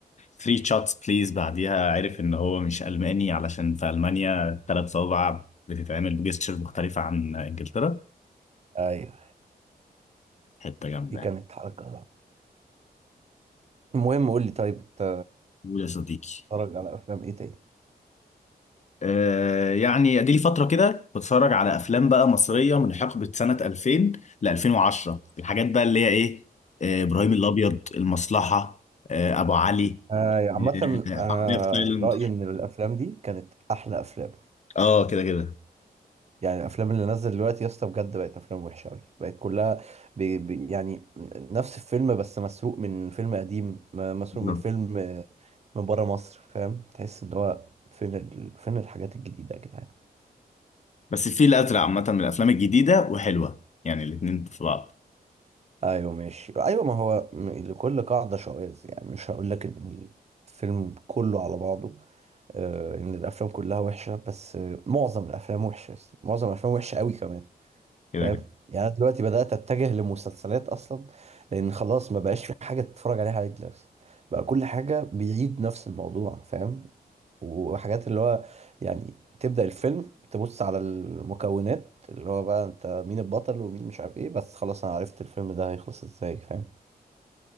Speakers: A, on the left (about 45°); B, on the right (about 40°).
A: 3 شوتس بليز بعديها عرف ان هو مش الماني علشان في المانيا ثلاث صوابع بتتعمل بجستشر مختلفه عن انجلترا
B: ايوه
A: حته جامده
B: دي كانت
A: يعني
B: حركة المهم قول لي طيب انت
A: قول يا صديقي
B: اتفرج على افلام ايه تاني
A: آه، يعني ادي لي فتره كده بتفرج على افلام بقى مصريه من حقبه سنه 2000 ل 2010 الحاجات بقى اللي هي ايه آه، ابراهيم الابيض المصلحه آه، ابو علي
B: آه عامة
A: آه،
B: انا
A: حرامية في تايلاند
B: رأيي ان الافلام دي كانت احلى افلام
A: اه كده كده
B: يعني الافلام اللي نزل دلوقتي يا اسطى بجد بقت افلام وحشة اوي بقت كلها بي بي يعني نفس الفيلم بس مسروق من فيلم قديم م- مسروق
A: بالظبط
B: من فيلم من بره مصر فاهم تحس ان هو فين ال... فين الحاجات الجديدة يا جدعان
A: بس الفيل الازرق عامه من الافلام الجديده وحلوه يعني الاثنين في بعض
B: ايوه ماشي ايوه ما هو م- لكل قاعده شواذ يعني مش هقول لك ان الفيلم كله على بعضه آه ان الافلام كلها وحشه بس آه معظم الافلام وحشه معظم الافلام وحشه قوي كمان
A: كده
B: فاهم
A: كده
B: يعني انا دلوقتي بدات اتجه لمسلسلات اصلا لان خلاص ما بقاش في حاجه تتفرج عليها عادي دلوقتي بقى كل حاجه بيعيد نفس الموضوع فاهم وحاجات اللي هو يعني تبدا الفيلم تبص على المكونات اللي هو بقى انت مين البطل ومين مش عارف ايه بس خلاص انا عرفت الفيلم ده هيخلص ازاي فاهم